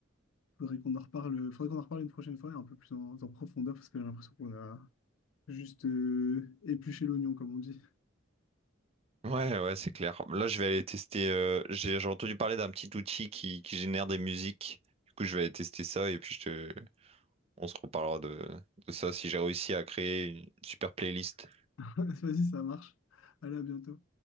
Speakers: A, on the left; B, on the right.
A: Faudrait qu'on en reparle, faudrait qu'on en reparle une prochaine fois, et un peu plus en, en profondeur, parce que j'ai l'impression qu'on a juste euh, épluché l'oignon, comme on dit.
B: Ouais, ouais, c'est clair. Là, je vais aller tester. euh, j'ai j'ai entendu parler d'un petit outil qui, qui génère des musiques. Du coup, je vais aller tester ça et puis je te... on se reparlera de, de ça si j'ai réussi à créer une super playlist.
A: <laughs> Vas-y, ça marche. Allez, à bientôt.